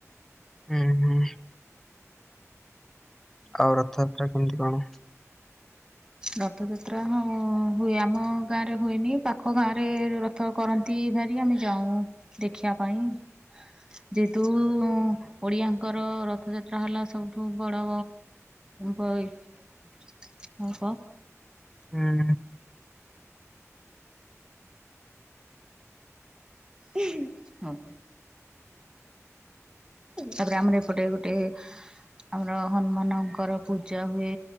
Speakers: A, in the centre; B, on the right (about 15°).
A: ଉଁ ହୁଁ। ଆଉ ରଥଯାତ୍ରା କେମିତି କଣ?
B: ରଥଯାତ୍ରା ହଁ ହୁଏ ଆମ ଗାଁରେ ହୁଏନି ପାଖ ଗାଁରେ ର ଥ କରନ୍ତି ଭାରି ଆମେ ଯାଉ ଦେଖିଆ ପାଇଁ। ଯେହେତୁ ଓଡ଼ିଆଙ୍କର ରଥଯାତ୍ରା ହେଲା ସବୁଠୁ ବଡ଼ ବଇ ଅଳ୍ପ।
A: ଉଁ।
B: <unintelligible> ହଁ ତାପରେ ଆମର ଏପଟେ ଗୋଟେ ଆମର ହନୁମାନଙ୍କର ପୂଜା ହୁଏ,